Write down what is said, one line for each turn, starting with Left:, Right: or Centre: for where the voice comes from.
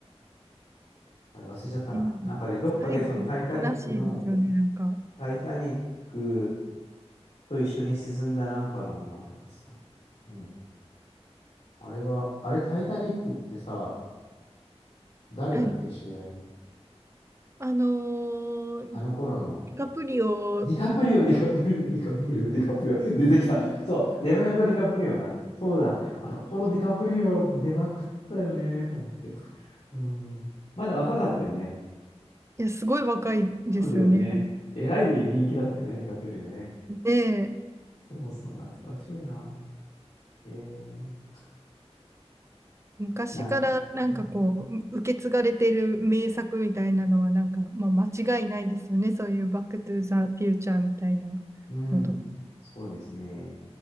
Left: あれ忘れちゃったな。
Right: なんか最後、
Left: なんかね、どっかでそのタイタニックの、
Right: 悲しいですよね、なんか。
Left: タイタニックと一緒に沈んだなんかのなんとかしたな。うん。あれは、あれタイタニックってさ、誰だっけ主演の。
Right: はい。あのー、
Left: あの頃の。
Right: ディカプリオ、
Left: ディカプリオ、
Right: <laughs>
Left: ディカプリオ、ディカプリオ、ディカプリオ。出てきた。そう、レムナブト・ディカプリオだな。そうだ。あの頃ディカプリオ出まくったよね、と思って。うん。まだ若かったよね。
Right: いや、すごい若いですよね。
Left: そうだよね。えらい人気だったよね、ディカプリオね。
Right: で、
Left: そうそう、懐かしいな。えー、
Right: 昔からなんかこう、
Left: な、うん、
Right: 受け継がれてる名作みたいなのは、なんか、まあ、間違いないですよね。そういうバックトゥーザフューチャーみたいな
Left: うん、
Right: のとか。
Left: そうですね。